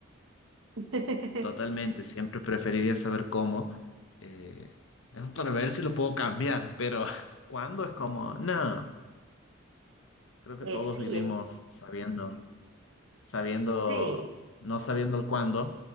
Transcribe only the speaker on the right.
<laughs>
Eh,
sí,
es-
sí,